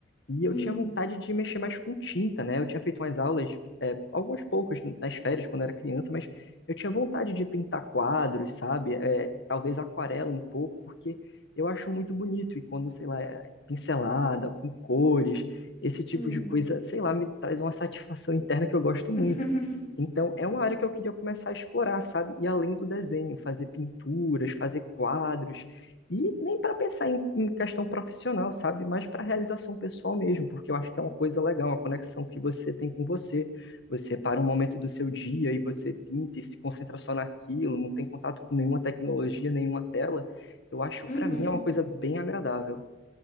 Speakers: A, on the left (about 60°); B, on the left (about 35°).
A: E eu
B: Hum,
A: tinha vontade de mexer mais com tinta, né? Eu tinha feito umas aulas, é, algumas poucas nas férias, quando era criança, mas eu tinha vontade de pintar quadros, sabe? É, talvez aquarela um pouco, porque eu acho muito bonito. E quando, sei lá, é pincelada, com cores, esse tipo
B: hum.
A: de coisa, sei lá, me traz uma satisfação interna que eu gosto muito.
B: <laughs>
A: Então, é uma área que eu queria começar a explorar, sabe? E além do desenho, fazer pinturas, fazer quadros. E nem para pensar em, em questão profissional, sabe? Mas para realização pessoal mesmo, porque eu acho que é uma coisa legal, uma conexão que você tem com você. Você para um momento do seu dia e você pinta e se concentra só naquilo, não tem contato com nenhuma tecnologia, nenhuma tela. Eu acho,
B: Uhum.
A: para mim, é uma coisa bem agradável.